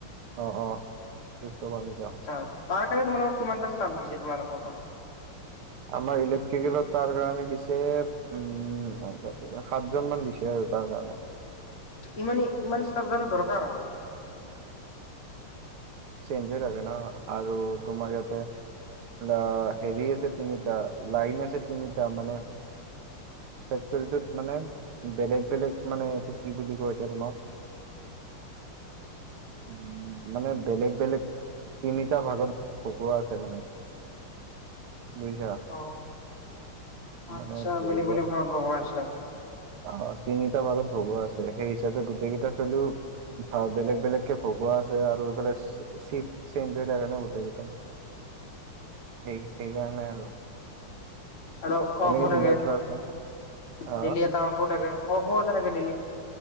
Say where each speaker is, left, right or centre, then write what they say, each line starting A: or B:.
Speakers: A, on the right; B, on the left.
A: অ অছ বক
B: আচ্ছা তাৰ কাৰণে তোমালোকৰ কিমানটা স্থাপ দিছে তোমালোকক আৰু
A: আমাৰ ইলেক্ট্ৰিকেলত তাৰ কাৰণে দিছে উম সাতজন মান দিছে তাৰ কাৰণে
B: ইমানেই ইমান ষ্টফ জানা দৰকাৰ
A: চেঞ্জ হৈ থাকে ন আৰু তোমাৰ ইয়াতে বা হেৰি আছে তিনিটা লাইন আছে তিনিটা মানে ফেক্টৰীটোত মানে বেলেগ বেলেগ মানে এইটো কি বুলি কয় এতিয়া তোমাক উ মানে বেলেগ বেলেগ তিনিটা ভাগত ভকুৱা আছে মানে বুজিছা
B: অ আচ্ছা
A: মানে ধৰি
B: বেলেগ বেলেগ ভালত বাব আছা
A: অ তিনিটা ভাগত ভগোৱা আছে সেই হিচাপে গোটেই কেইটা চলও ভা বেলেগ বেলেগকে ভগুৱা আছে আৰু এইফালেফ চে থাকে ন গোটেই কেইটাাই সেই সেইকাৰণে আৰু
B: হল অ
A: এনেকে
B: ফাকে
A: মিলাই থোৱা আছে আহ
B: ডেইি আটা ফুাকে অফ বত ৰাক দিিলে